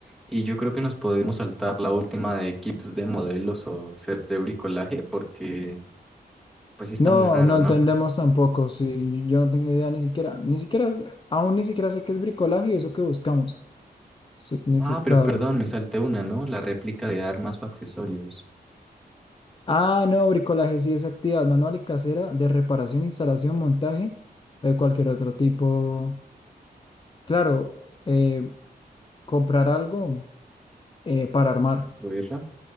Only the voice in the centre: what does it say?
Y yo creo que nos podemos saltar la última de kits de modelos o sets de bricolaje porque Pues sí está
muy raro,
¿no?
Ah, pero perdón, me salté una, ¿no? La réplica de armas o accesorios.
¿Destruirla?